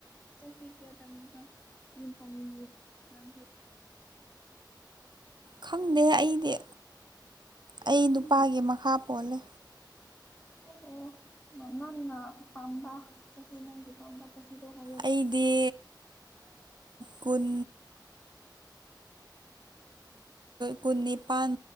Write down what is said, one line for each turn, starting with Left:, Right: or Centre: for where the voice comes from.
Left: ꯆꯍꯤ ꯀꯌꯥꯗꯪ ꯅꯪ ꯌꯨꯝ ꯄꯥꯅꯤꯡꯉ ꯅꯪꯗꯤ
Right: ꯈꯪꯗꯦ ꯑꯩꯗꯤ ꯑꯩ
Left: ꯈꯟꯗꯦ
Right: ꯅꯨꯄꯥꯒꯤ ꯃꯈꯥ ꯄꯣꯜꯂꯦ
Left: ꯑꯣ ꯑꯣ ꯅꯪꯅ ꯄꯥꯝꯕ ꯆꯍꯤ ꯅꯪꯒꯤ ꯄꯥꯝꯕ ꯆꯍꯤꯗꯣ ꯍꯥꯏꯌꯣ
Right: ꯑꯩꯗꯤ ꯀꯨꯟ ꯄꯨꯨꯟꯅꯤ ꯄꯥꯟ